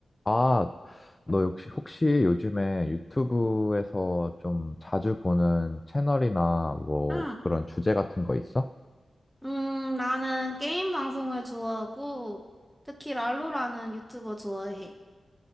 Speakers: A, on the left; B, in the centre.
A: 아, 너 혹시, 혹시 요즘에 유튜브에서 좀 자주 보는 채널이나 뭐
B: 응.
A: 그런 주제 같은 거 있어?
B: 음, 나는 게임 방송을 좋아하고, 특히 랄로라는 유튜버 좋아해.